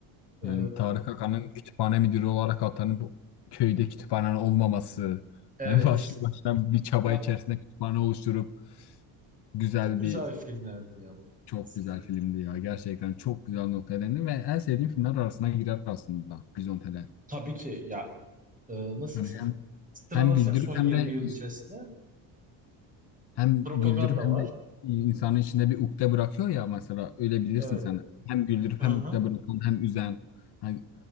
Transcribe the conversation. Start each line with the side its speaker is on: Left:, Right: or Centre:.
Left: yani
Right: e,
Left: Tarık Akan'ın kütüphane müdürü olarak atanıp köyde kütüphane olmaması.
Right: evet
Left: En başlı baştan bir çaba
Right: ya
Left: içerisinde kütüphane oluşturup güzel
Right: çok güzel
Left: bir
Right: filmlerdi ya bunlar.
Left: çok
Right: Diziler.
Left: güzel filmdi ya. Gerçekten çok güzel noktaya değindi ve en sevdiğim filmler arasına girer aslında Bizontele.
Right: Tabii ki ya e, nasıl
Left: Yani
Right: desem
Left: hem
Right: sıralasak
Left: hem güldürüp
Right: son 20
Left: hem de
Right: yıl içerisinde
Left: Hem
Right: propaganda
Left: güldürüp hem
Right: var.
Left: de insanın içinde bir ukde bırakıyor ya mesela öyle bilirsin
Right: Evet.
Left: sen. Hem güldürüp
Right: Hı
Left: hem
Right: hı.
Left: ukde bırakan hem üzen. Hani